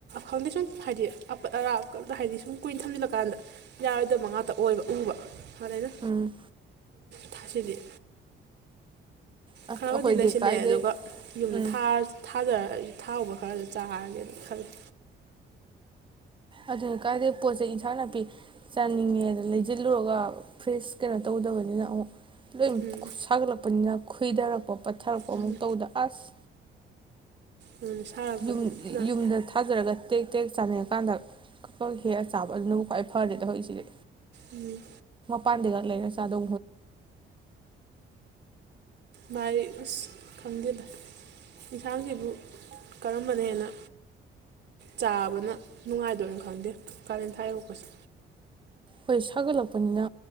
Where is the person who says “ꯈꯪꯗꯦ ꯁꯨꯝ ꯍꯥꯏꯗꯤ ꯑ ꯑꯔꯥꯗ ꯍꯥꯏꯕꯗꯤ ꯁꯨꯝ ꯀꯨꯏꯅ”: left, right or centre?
Right